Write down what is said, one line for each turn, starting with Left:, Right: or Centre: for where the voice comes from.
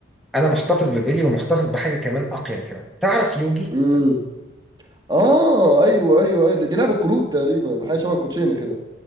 Centre: انا محتفظ ببلي ومحتفظ بحاجه كمان اقيم كمان تعرف يوجي
Right: امم اه ايوه ايوه ايوه دي, دي لعبه كروت تقريبا حاجه شبه الكوتشينه كده